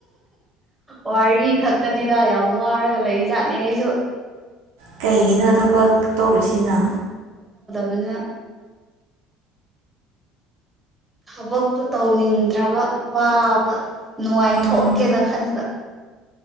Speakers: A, on the right; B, on the right.
A: ꯋꯥꯔꯤ ꯈꯛꯇꯅꯦꯗ ꯌꯥꯝ ꯋꯥꯔꯒ ꯂꯩ ꯖꯥꯠꯅꯦ ꯑꯩꯁꯨ
B: ꯀꯩꯒꯤꯅꯣ ꯊꯕꯛ ꯇꯧꯔꯤꯁꯤꯅ
A: ꯑꯗꯨꯅ ꯊꯕꯛꯇꯣ ꯇꯧꯅꯤꯡꯗ꯭ꯔꯕ ꯋꯥꯕ ꯅꯨꯡꯉꯥꯏꯊꯣꯛꯀꯦꯅ
B: ꯑꯣ
A: ꯈꯟꯕ